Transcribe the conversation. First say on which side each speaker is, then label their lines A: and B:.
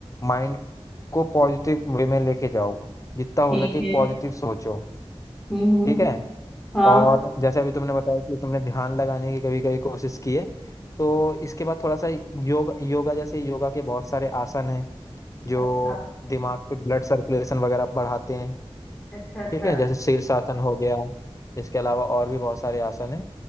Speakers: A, on the left (about 30°); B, on the left (about 15°).
A: माइंड को पॉजिटिव वे में लेके जाओ जितना
B: ठीक
A: हो सके
B: है
A: पॉजिटिव सोचो
B: हम्म हम्म
A: ठीक है
B: हाँ
A: और जैसे अभी तुमने बताया कि तुमने ध्यान लगाने की कभी कभी कोशिश की है तो इसके बाद थोड़ा सा योग योगा जैसे योगा के बहुत सारे आसन हैं जो
B: अच्छा
A: दिमाग पे ब्लड सर्कुलेशन वगैरह बढ़ाते हैं
B: अच्छा अच्छा
A: ठीक है जैसे शीर्षासन हो गया इसके अलावा और भी बहुत सारे आसन हैं